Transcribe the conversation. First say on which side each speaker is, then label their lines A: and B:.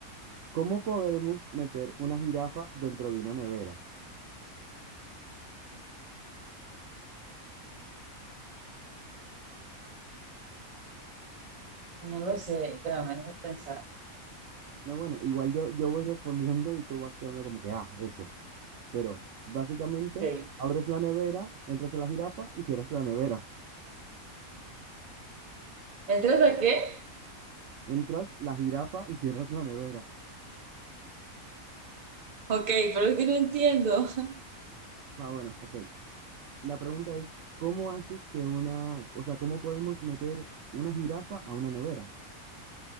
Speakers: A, on the right; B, on the right.
A: ¿cómo podremos meter una jirafa dentro de una nevera?
B: No lo sé. Espérame, no pensar.
A: No, bueno, igual yo, yo voy respondiendo y tú vas quedando como que, ah, eso. Pero básicamente
B: Ok.
A: abres la nevera, entras a la jirafa y cierras la nevera.
B: ¿Entras a qué?
A: Entras la jirafa y cierras la nevera.
B: Ok, pero es que no entiendo. <laughs>
A: Ah, bueno, ok. La pregunta es, ¿cómo haces que una, o sea, cómo podemos meter una jirafa a una nevera?